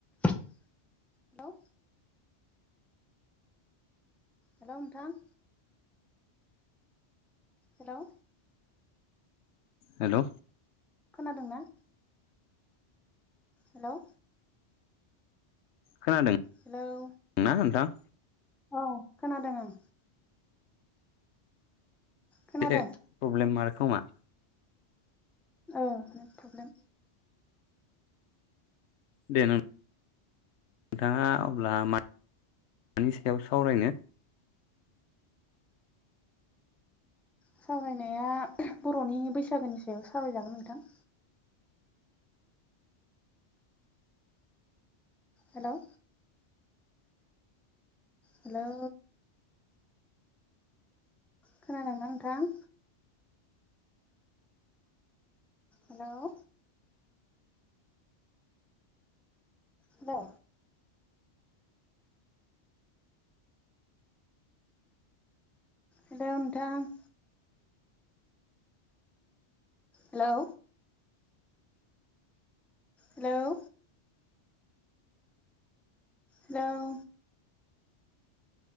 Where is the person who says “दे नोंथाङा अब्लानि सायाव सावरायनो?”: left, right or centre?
Left